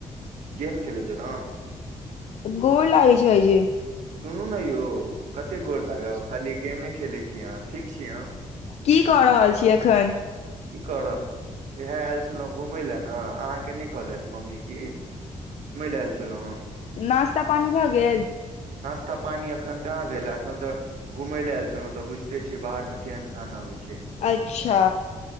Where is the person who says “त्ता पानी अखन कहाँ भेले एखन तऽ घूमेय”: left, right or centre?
Right